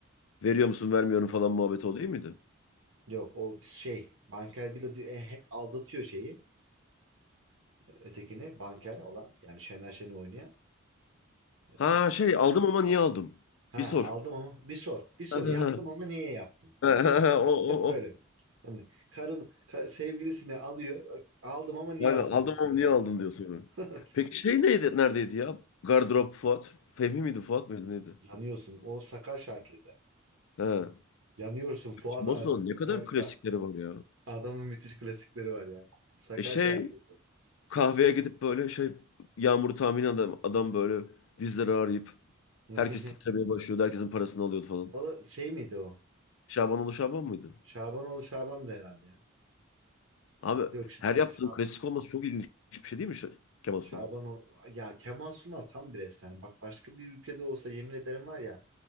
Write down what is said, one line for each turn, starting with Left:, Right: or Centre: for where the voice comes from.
Left: Veriyor musun vermiyorum falan muhabbeti o değil miydi?
Right: Yok o şey Banker Bilo diyor, e, hep aldatıyor şeyi e, ötekine Banker olan yani Şener Şen'i oynayan. E,
Left: Ha şey aldım ama
Right: ba-
Left: niye aldım?
Right: Ha
Left: Bir sor.
Right: aldım ama bir sor. Bir sor.
Left: <laughs>
Right: Yaptım ama
Left: Ha,
Right: niye yaptım? Tamam.
Left: ha, ha. Ha,
Right: mı?
Left: O
Right: Hep
Left: o
Right: böyle.
Left: o.
Right: Hani karın ka- sevgilisini alıyor. Aldım ama niye
Left: Aynen
Right: aldım?
Left: aldım
Right: Bir sor
Left: ama niye
Right: falan.
Left: aldım diyor sonra.
Right: <laughs>
Left: Peki şey neydi neredeydi ya? Gardırop Fuat. Fehmi miydi Fuat mıydı neydi?
Right: Yanıyorsun. O Sakar Şakir'de.
Left: Ha.
Right: Yanıyorsun Fuat
Left: Cem
Right: abi.
Left: ne kadar
Right: Ha, ka-
Left: klasikleri var ya.
Right: Adamın müthiş klasikleri var ya. Sakar
Left: E şey
Right: Şakir.
Left: kahveye gidip böyle şey yağmuru tahmin adam, adam böyle dizleri ağrıyıp
Right: <laughs>
Left: herkes titremeye başlıyordu. Herkesin parasını alıyordu falan.
Right: O da şey miydi o?
Left: Şaban oğlu Şaban mıydı?
Right: Şabanoğlu Şaban da herhalde ya.
Left: Abi
Right: Yok. Ş-
Left: her yaptığın
Right: Şaban.
Left: klasik olması çok ilginç bir şey değil mi Ş- Kemal
Right: Şaban
Left: Sunal'ın?
Right: o- ya Kemal Sunal tam bir efsane. Bak başka bir ülkede olsa yemin ederim var ya